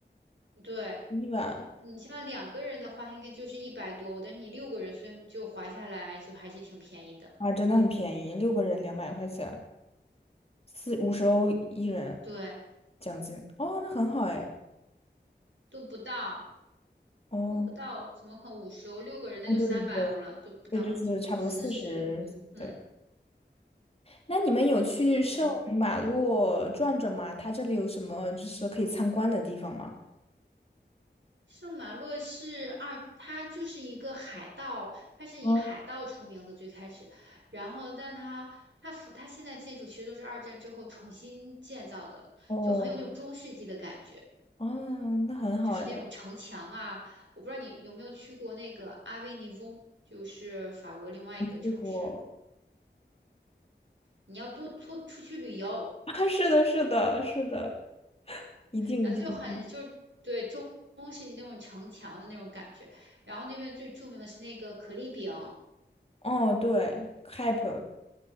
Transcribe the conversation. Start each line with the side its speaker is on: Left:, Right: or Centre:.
Right: 对，
Left: 一晚。
Right: 你像两个人的话，它应该就是一百多欧但是你六个人，所以就划下来就还是挺便宜的。
Left: 啊，真的很便宜，六个人两百块钱，四五十欧一人
Right: 对，
Left: 奖金。哦，那很好哎。
Right: 都不到，
Left: 哦，
Right: 都不到，怎么可能五十欧？六个人那就三百欧了，
Left: 哦，对对对，
Right: 都不到四十，
Left: 对，就是差不多四十。
Right: 四十嗯，
Left: 对，那你们有去圣马洛转转吗？
Right: 就。
Left: 它这里有什么就是可以参观的地方吗？
Right: 圣马洛是二，他就是一个海盗，他是以海盗出名的最开始，
Left: 嗯，
Right: 然后但他他他现在建筑其实都是二战之后重新建造的，
Left: 哦，
Right: 就很有那种中世纪的感觉，
Left: 哦，那很好哎，
Right: 就是那种城墙啊，我不知道你有没有去过那个阿维尼翁，就是法国另外一个城市，
Left: 没去过。
Right: 你要多出出去旅游，
Left: <laughs> 啊，是的，是的，是的，一定一定一定。
Right: 然后他就很就对中中世纪那种城墙的那种感觉，然后那边最著名的是那个可丽饼。
Left: 哦，对 c a p